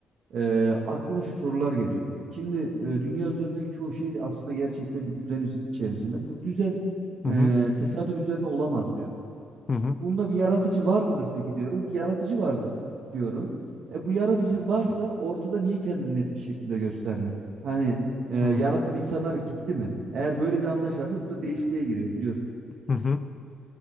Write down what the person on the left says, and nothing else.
hı
hı
hı
hı hı
hı hı.